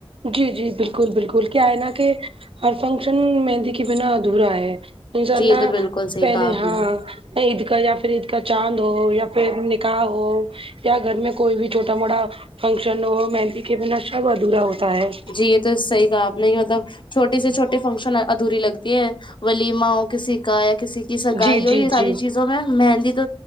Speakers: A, on the right (about 65°); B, on the left (about 50°).
A: جی جی بالکل بالکل کیا ہےنا کہ ہر فنکشن مہندی کے بنا ادھورا ہے انشاء اللہ
B: جی یہ تو بالکل صحیح
A: پہلے
B: کہا آپ
A: ہاں
B: نے
A: عید کا یا پھر عید کا چاند ہو یا پھر نکاح ہو یا گھر میں کوئی بھی چھوٹ اتنامڑا فنکشن ہو مہندی کے بنا سب ادھورا ہوتا ہے
B: جی یہ تو صحیح کہا آپ نے مطلب چھوٹی سے چھوٹی فنکشن ادھوری لگتی ہیں ولیمہ ہو کسی کا یا کسی کی سگائی
A: جی
B: ہو
A: جی
B: یہ ساری
A: جی
B: چیز زوں میں مہندی تو